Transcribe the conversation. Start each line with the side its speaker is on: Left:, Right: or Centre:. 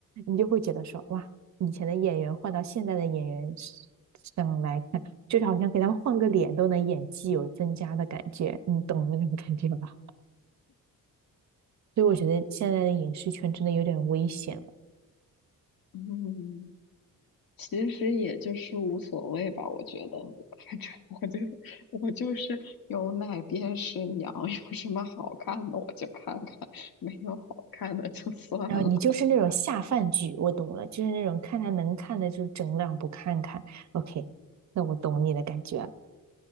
Right: 你就会觉得说哇，以前的演员换到现在的演员上来看，就是好像给他们换个脸都能演技有增加的感觉，你懂那种感觉吧？所以我觉得现在的影视圈真的有点危险。
Left: 嗯，其实也就是无所谓吧，我觉得，<laughs> 反正我就我就是有奶便是娘，<laughs> 有什么好看的我就看看，没有好看的就算了。
Right: 然后你就是那种下饭剧，我懂了，就是那种看他能看的就整两部看看。OK，那我懂你的感觉了。